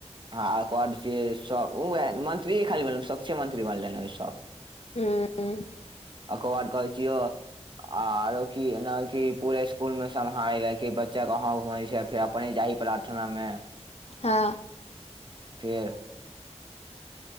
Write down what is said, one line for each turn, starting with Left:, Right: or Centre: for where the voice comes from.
Right: हँ कर बाद जे सब मंत्री खाली बन स्वच्छ मंत्री बनले सभ।
Left: हूँ हूँ।
Right: ओकर बाद कहै छियौ। आरो की ने की पूरा स्कूल मे सम्हाराय ले कि बच्चा कहं घुम छै फेर अपने जाही प्रार्थनामे।
Left: हँ।
Right: फेर।